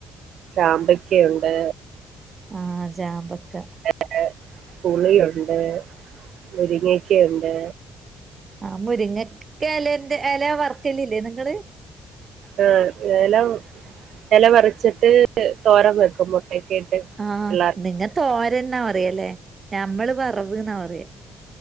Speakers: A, on the right; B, on the right.
A: ചാമ്പക്കുണ്ട്
B: ആഹ ചാമ്പക്ക
A: ഏ പുളിയുണ്ട് മുരിങ്ങക്കുണ്ട്
B: ആഹ് മുരിങ്ങക്ക എലന്റെ എല വർക്കലല്ലേ നിങ്ങള്
A: ആ എല എല വറച്ചിട്ട് തോരന് വെക്കും മുട്ടക്ക ഇട്ട്
B: ആഹ
A: പിള്ളേർക്ക്
B: നിങ്ങ തോരന് എന്നാ അറിയല്ലേ ഞമ്മള് വറവ് എന്നാ പറയ